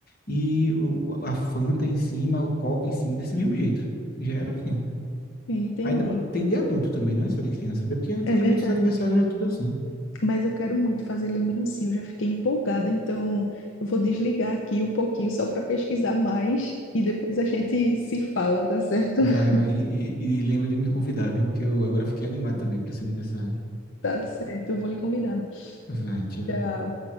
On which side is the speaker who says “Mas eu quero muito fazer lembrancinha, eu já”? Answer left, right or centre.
Left